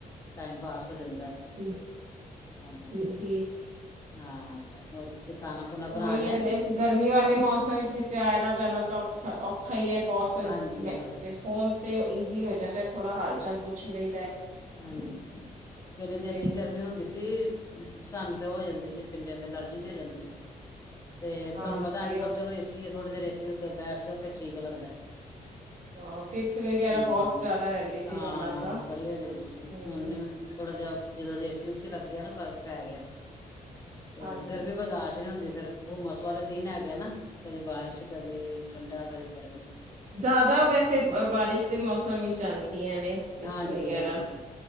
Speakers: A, on the left; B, on the right.
A: ਟਾਈਮ ਪਾਸ ਹੋ ਜਾਂਦਾ
B: ਜੀ
A: ਹਾਂਜੀ
B: ਜੀ ਜੀ
A: ਹਾਂ ਹੋਰ ਤੁਸੀਂ ਖਾਣਾ ਖੁਣਾ ਬਣਾ
B: ਉਹੀ
A: ਲਿਆ
B: ਹੈ ਇਸ ਗਰਮੀ ਵਾਲੇ ਮੌਸਮ ਵਿੱਚ ਕਿਤੇ ਆਣਾ ਜਾਣਾ ਤਾਂ ਖਾਇਏ ਬਹੁਤ
A: ਹਾਂਜੀ
B: ਮੈ
A: ਬਸ
B: ਤੇ ਫੋਨ ਤੇ ਈਜ਼ੀ ਹੋ ਜਾਂਦਾ ਥੋੜਾ ਹਾਲ ਚੱਲ ਪੁੱਛ ਲਈ ਦਾ ਤਾਂ
A: ਹਾਂਜੀ ਪਲੇ ਤੇ ਇੰਨੀ
B: ਹੈ
A: ਗਰਮੀ ਹੁੰਦੀ ਸੀ ਸਨੂੰ ਹੋ ਜਾਂਦੀ ਸੀ ਪਿੰਡੇ ਤੇ ਐਲਰਜੀ ਜੀ ਹੋ ਜਾਂਦੀ ਸੀ ਤੇ
B: ਹਾਂਜੀ
A: ਤੁਹਾਨੂੰ ਪੱਤਾ ਅੱਜ ਕੱਲ
B: ਉਹ
A: ਚਲੋ ਏਸੀ ਥੋੜੀ ਦੇਰ ਏਸੀ ਤੁਸੀਂ ਉੱਧਰ ਬੈਠ ਜਾਓ ਫਿਰ ਠੀਕ ਲੱਗਦਾ
B: ਹਾਂ ਪਿੱਤ ਵਗੈਰਾ
A: ਹਮ
B: ਬਹੁਤ ਜ਼ਿਆਦਾ ਰਹਿੰਦੀ ਸੀ
A: ਹਾਂ
B: ਪਹਿਲਾਂ ਤਾਂ
A: ਬੜੀ ਹੋ ਜਾਂਦੀ
B: ਹਮ
A: ਹੁਣ ਥੋੜਾ ਜਦੋਂ ਏਸੀ ਏਸੁ ਲੱਗੇ ਨਾ ਫ਼ਰਕ ਪੈ ਗਿਆ ਤੇ
B: ਹਾਂਜੀ
A: ਗਰਮੀ ਬਰਦਾਸ਼ਤ
B: ਹਾਂਜੀ
A: ਨਹੀਂ ਹੁੰਦੀ ਫਿਰ ਹੁਮਸ ਵਾਲੇ ਦਿਨ ਹੈ ਗਿਆ ਨਾ ਕੱਦੇ ਬਾਰਿਸ਼, ਕੱਦੇ ਠੰਡਾ, ਕੱਦੇ ਗਰਮੀਂ।
B: ਜ਼ਿਆਦਾ ਵੈਸੇ ਬਾਰਿਸ਼ ਦੇ ਮੌਸਮ ਵਿੱਚ ਆਉਂਦੀਆਂ ਪਿੱਤ
A: ਹਾਂਜੀ
B: ਵਗੈਰਾ।
A: ਹਾਂਜੀ